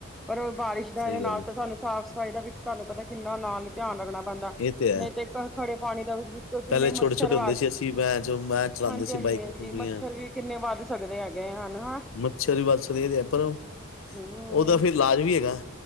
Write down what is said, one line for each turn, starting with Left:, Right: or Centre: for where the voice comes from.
Centre: ਪਰ ਬਾਰਿਸ਼ ਦਾ
Left: ਸਹੀ
Centre: ਦੇ ਨਾਲ
Left: ਗੱਲ ਹੈ
Centre: ਤਾਂ ਸਾਨੂੰ। ਸਾਫ਼ ਸਫ਼ਾਈ ਦਾ ਵੀ ਤੁਹਾਨੂੰ ਪਤਾ ਕਿੰਨਾ ਨਾਲ ਧਿਆਨ ਰੱਖਣਾ।
Left: ਇਹ ਹੈ
Centre: ਨਹੀਂ ਤੇ ਖੜੇ ਪਾਣੀ ਦਾ ਵਿੱਚੋਂ ਕਿੰਨੇ
Left: ਪਹਿਲੇ
Centre: ਮੱਛਰ।
Left: ਛੋਟੇ ਛੋਟੇ ਹੁੰਦੇ ਸੀ ਅਸੀਂ ਮੈਂ ਜੋ ਮੈਂ ਚਲਾਉਂਦੇ
Centre: ਹਾਂਜੀ
Left: ਸੀ
Centre: - ਹਾਂਜੀ
Left: ਬਾਈਕ
Centre: ਹਾਂਜੀ
Left: ਪੂਰੀਆਂ
Centre: ਮੱਛਰ ਵੀ ਕਿੰਨੇ ਵੱਧ ਸਕਦੇ ਹੈਗੇ। ਹਨ ਹਾਂ
Left: ਮੱਛਰ ਵੀ ਬਸ ਵਧ ਦੇ ਹੈ ਪਰ ਉਹਦਾ
Centre: ਹੂੰ
Left: ਫੇਰ ਇਲਾਜ ਵੀ ਹੈਗਾ।